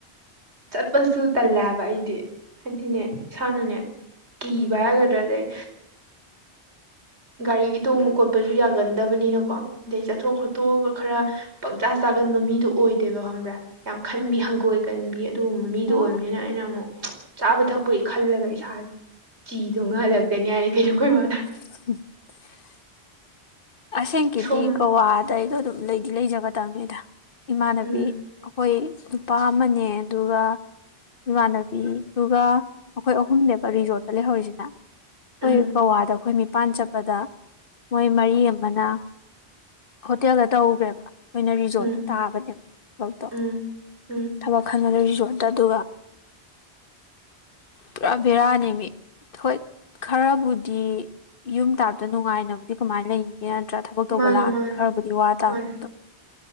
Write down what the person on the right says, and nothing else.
ꯆꯠꯄꯁꯨ ꯇꯜꯂꯦ ꯍꯥꯏꯕ ꯑꯩꯗꯤ ꯍꯥꯏꯗꯤꯅꯦ ꯏꯁꯥꯅꯅꯦ ꯀꯤꯕ
ꯍꯥꯏꯒꯗ꯭ꯔꯥꯗ ꯑꯗꯩ ꯒꯥꯔꯤꯒꯤ ꯇꯣꯡꯕ ꯈꯣꯠꯄ ꯆꯠꯄꯁꯨ ꯌꯥꯒꯟꯗꯕꯅꯤꯅꯀꯣ ꯑꯗꯩ ꯆꯠꯊꯣꯛ ꯈꯣꯠꯇꯣꯛꯑꯒ ꯈꯔ
ꯄꯪꯆꯥ ꯆꯥꯒꯟꯕ ꯃꯤꯗꯣ ꯑꯣꯏꯗꯦꯕ ꯈꯪꯕ꯭ꯔ ꯌꯥꯝ ꯈꯟꯕꯤ
ꯍꯪꯒꯣꯏ ꯀꯟꯕꯤ ꯑꯗꯨꯒꯨꯝꯕ ꯃꯤꯗꯣ
ꯑꯣꯏꯕꯅꯤꯅ ꯑꯩꯅ ꯑꯃꯨꯛ ꯆꯥꯕ ꯊꯛꯄꯒꯤ ꯈꯜꯂꯒ ꯏꯁꯥꯁꯦ ꯆꯤꯊꯨꯡꯉꯒ ꯍꯜꯂꯛꯀꯅꯤ ꯍꯥꯏꯅꯤ ꯀꯩꯅꯣ ꯑꯩꯈ ꯏ ꯃꯃꯥꯅ
ꯁꯣꯝ
ꯎꯝ
ꯎꯝ
ꯎꯝ
ꯎꯝ ꯎꯝ
<inaudible>
ꯃꯥꯅꯦ
ꯃꯥꯅꯦ
ꯃꯥꯅꯦ